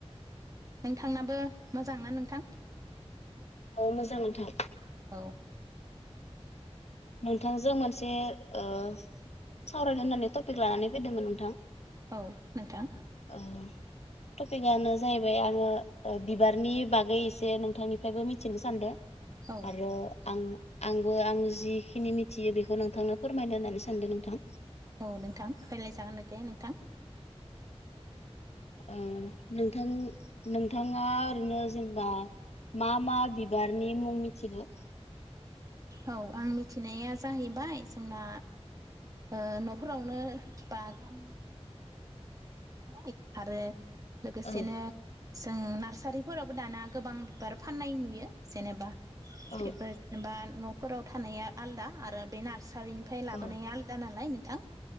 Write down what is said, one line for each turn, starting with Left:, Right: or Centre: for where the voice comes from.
Right: नोंथांनाबो मोजां ना नोंथां
Left: अ मोजां नोंथां
Right: औ
Left: नोंथांजों मोनसे ओ सावरायनो होननानै टपिक लानानै फैदोंमोन नोंथां
Right: औ नोंथां
Left: ओ टपिकआनो जाहैबाय आङो बिब बारनि बागै एसे नोंथांनिफ्रायबो मिथिनो सानदों
Right: औ
Left: आरो आं आंबो आं जिखिनि मिथियो बेखौ नोंथांनो फोरमायनो होननानै सानदों नोंथां
Right: औ नोंथां रायलायजागोननो दे नोंथां
Left: ओ नोंथां नोंथाङा ओरैनो जेनबा मा मा बिबारनि मुं मिथिगो
Right: औ आं मिथिनाया जाहैबाय जोंना ओ न'फोरावनो बागान <unintelligible> आरो लोगोसेनो
Left: औ
Right: जों नार्सारिफोरावबो दाना गोबां बिबार फाननाय नुयो जेनेबा बेफोर
Left: औ
Right: जेनेबा न'फोराव थानाया आलदा आरो बे नार्स सारिनिफ्राय लाबोनाया
Left: औ
Right: आलादा नालाय नोंथां